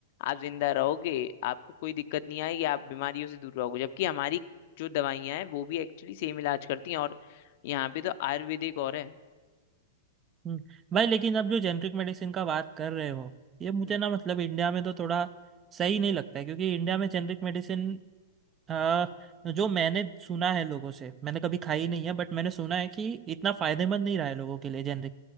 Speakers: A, on the left; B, on the right.
A: आप जिंदा रहोगे आपको कोई दिक्कत नहीं आएगी आप बीमारियों से दूर रहोगे जबकि हमारी जो दवाइयां हैं वो भी एक्चुअली सेम इलाज करती हैं और यहाँ पे तो आयुर्वेदिक और है
B: हम्म भाई लेकिन अब जो जेनरिक मेडिसिन का बात कर रहे हो ये मुझे
A: हम्म,
B: ना मतलब इंडिया में तो थोड़ा सही नहीं लगता है क्योंकि इंडिया में जेनरिक मेडिसिन आ, जो मैंने सुना है लोगों से मैंने कभी खाई नहीं है बट मैंने सुना है कि इतना फायदेमंद नहीं रहा है लोगों के लिए जेनरिक